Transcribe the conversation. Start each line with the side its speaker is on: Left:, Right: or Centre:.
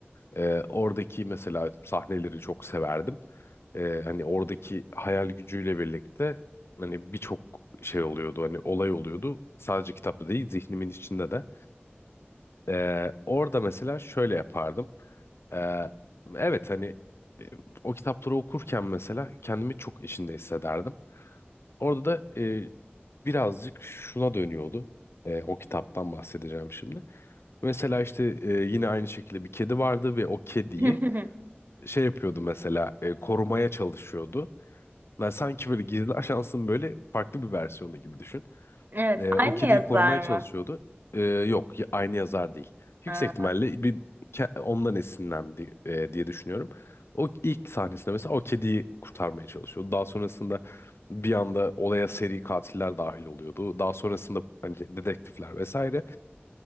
Left: Ee, oradaki mesela sahneleri çok severdim. Ee, hani oradaki hayal gücüyle birlikte hani birçok şey oluyordu hani olay oluyordu. Sadece kitapta değil zihnimin içinde de. Ee, orada mesela şöyle yapardım. Ee, evet hani e, o kitapları okurken mesela kendimi çok içinde hissederdim. Orada da e, birazcık şuna dönüyordu. E, o kitaptan bahsedeceğim şimdi. Mesela işte e, yine aynı şekilde bir kedi vardı ve o kediyi
Right: <laughs>
Left: şey yapıyordu mesela e, korumaya çalışıyordu. Yani sanki böyle gizli ajansın böyle farklı bir versiyonu gibi düşün.
Right: Evet,
Left: Ee,
Right: aynı
Left: o kediyi
Right: yazar
Left: korumaya çalışıyordu.
Right: mı?
Left: Ee, yok y- aynı yazar değil.
Right: Ha.
Left: Yüksek ihtimalle bir ke- ondan esinlendi e, diye düşünüyorum. O ilk sahnesinde mesela o kediyi kurtarmaya çalışıyordu. Daha sonrasında bir anda olaya seri katiller dahil oluyordu. Daha sonrasında hani dedektifler vesaire